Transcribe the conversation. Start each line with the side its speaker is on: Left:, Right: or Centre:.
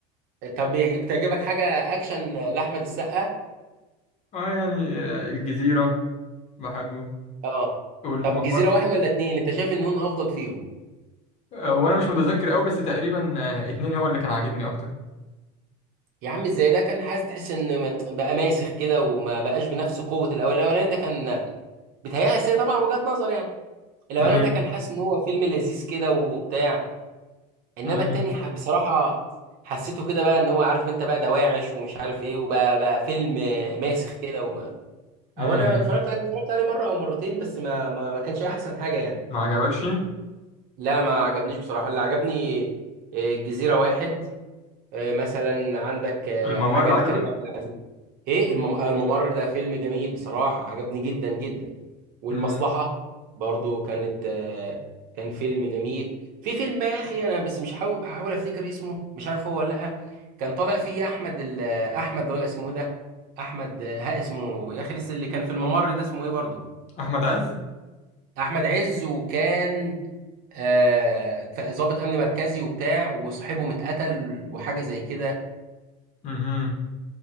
Right: طب بيعجب- بتعجبك حاجه اكشن لاحمد السقا
Left: اه يعني آه، الجزيره بحبه
Right: اه
Left: والمم...
Right: طب الجزيره واحد ولا اتنين انت شايف ان هون افضل فيهم
Left: آه، وانا مش متذكر قوي بس تقريبا آه، اتنين هو اللي كان عاجبني اكتر
Right: يا عم ازاي ده كان حاسس تحس ان من- بقى ماسخ كده وما بقاش بنفس قوه الاولاني الاولاني ده كان بيتهيألي طبعا وجهة نظر يعني الاولاني
Left: امم
Right: ده كان حاسس ان هو فيلم لذيذ كده وبتاع انما
Left: امم
Right: التاني ح- بصراحه حسيته كده بقى ان هو عارف انت بقى دواعش ومش عارف ايه وبقى بقى فيلم ماسخ كده وما
Left: امم
Right: او انا لما اتفرجت عليه اتفرجت عليه مره او مرتين بس ما ما, ما كانش احسن حاجه يعني
Left: ما عجبكش
Right: لا ما عجبنيش بصراحه اللي عجبني آه، الجزيره واحد آه، مثلا عندك آه،
Left: الممر
Right: حاجه
Left: عجبك
Right: لكريم عبد العزيز ايه المم- الممر ده فيلم جميل بصراحة عجبني جدا جدا والمصلحة
Left: امم
Right: برضو كانت آه، كان فيلم جميل في فيلم بقى يا اخي انا بس مش حاول بحاول افتكر اسمه مش عارف هو ولا لا كان طالع فيه احمد ال- احمد رأي اسمه إيه ده احمد آه، ها اسمه يا اخي لسه اللي كان في الممر ده اسمه ايه برضو
Left: احمد عز
Right: احمد عز وكان آه ك- ضابط امن مركزي وبتاع وصاحبهم اتقتل وحاجة زي كده
Left: امم